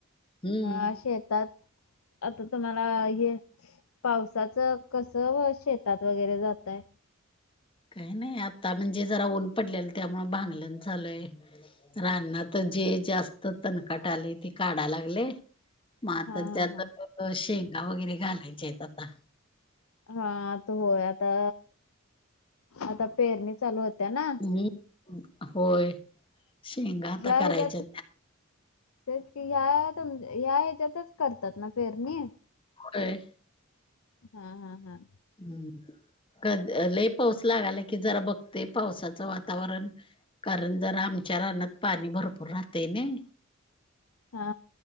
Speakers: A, on the left; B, on the left.
A: हम्म
B: अ शेतात आता तुम्हाला, हे पावसाचं कसं वो शेतात वगैरे जातायं?
A: काही नाही, आता म्हणजे जरा ऊन पडलेलं त्यामुळं जरा भांगलंन चालूयं. राना जे जास्त तणकाट आलंय, ते काढाय लागलयं. मग आता
B: हा हा
A: त्यात
B: हा
A: शेंगा वगैरे घालायच्या हायतं आता.
B: हा आ त होय, आता आता पेरणी चालू होत्या ना?
A: मी होय. शेंगा आता
B: या
A: करायच्या
B: हेज्यात तेच की ह्या येज्या- ह्या येज्यातचं करतात ना पेरणी?
A: व्हयं.
B: हा हा हा
A: हम्म कध-लय पाऊस लागाला, की जरा बघतोय पावसाचं वातावरण. कारण, जरा आमच्या रानात पाणी भरपूर राहतयं नाय.
B: हा